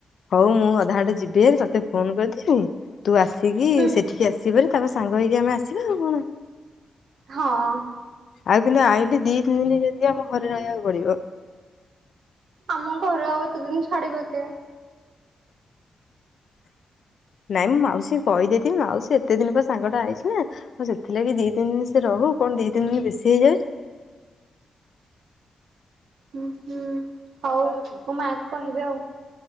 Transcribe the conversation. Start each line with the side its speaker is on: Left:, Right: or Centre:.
Left: ହଉ ମୁଁ ଅଧା ହଟେ ଯିବି ହାରି ତତେ ଫୋନ କରିଥିବି ତୁ ଆସିକି
Right: ହୁଁ
Left: ସେଠିକି ଆସି ଯି ତିଆରି ତାପରେ ସାଙ୍ଗ ହେଇକି ଆମେ ଆସିବା ଆଉ କଣ।
Right: ହଁ।
Left: ଆଉ କିନ୍ତୁ ଆଇିଲି ଦି ତିନି ଦିନ ଯେମିତି ଆମ ଘରେ ରହିବାକୁ ପଡିବ।
Right: ଆମ ଘରେ ଆଉ ଏତେ ଦିନ ଛାଡିବ କି
Left: ନାଇଁ ମୁଁ ମାଉସୀ କହିଦେଇଥିଲି ମାଉସୀ ଏତେ ଦିନ ପରେ ସାଙ୍ଗଟା ଆଇଛି ନା ଆଉ ସେଥିଲାଗି ଦି ତିି ସେ ରହୁ କଣ ଦୁଇ ତିନ ଦିନ ବେଶୀ ହେଇଯାଉଛି।
Right: ହୁଁ ହୁଁ ହଉ ମୋ ମା କୁ କହିବି ଆଉ